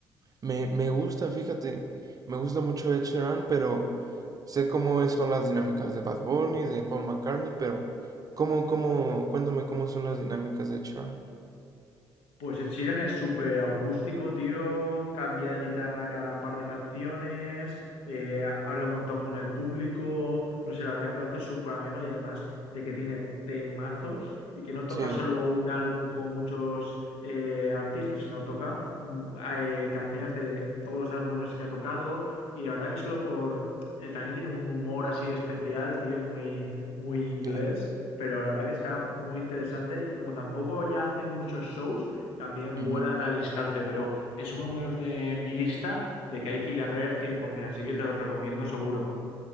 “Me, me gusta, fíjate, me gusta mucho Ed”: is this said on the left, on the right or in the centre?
Right